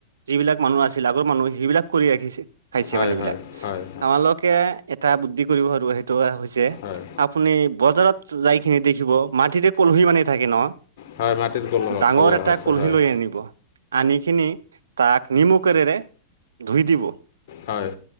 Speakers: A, on the right; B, on the left.
A: যিবিলাক মানুহ আছিল আগৰ মানুহ সেইবিলাক কৰি ৰাখিছিল। খাইছে
B: হয়
A: পানী
B: হয়
A: বিলাক
B: হয় হয়
A: আমালোক। তাকে এটা বুদ্ধি কৰিব আৰু সেইটো হৈছে
B: হয়
A: আপুনি। বজাৰত যাইখিনি দেখিব মাটিতে কলহী মানে থাকে ন।
B: হয় মাটিৰ কলহ
A: ডাঙৰ
B: কলহ
A: এটা
B: আছে
A: কলহি
B: হয়
A: লৈ আনিব আনিকিনি তাক নিমু কৰিৰে ধুই দিব।
B: হয়।